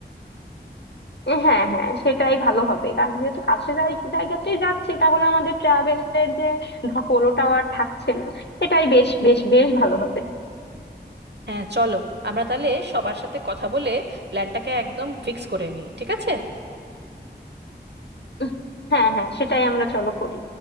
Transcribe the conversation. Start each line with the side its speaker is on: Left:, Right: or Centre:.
Left: এ হ্যাঁ হ্যাঁ সেটাই ভালো হবে কারণ যেহেতু কাছে জায়গ- জায়গাতেই যাচ্ছি তাহলে আমাদের ট্রাভেলের যে ধকল ওটাও আর থাকছে না এটাই বেশ বেশ বেশ ভালো হবে
Right: হ্যাঁ চলো আমরা তাহলে সবার সাথে কথা বলে প্ল্যানটাকে একদম ফিক্স করে নিই ঠিক আছে
Left: উহ, হ্যাঁ হ্যাঁ সেটাই আমরা চলো করি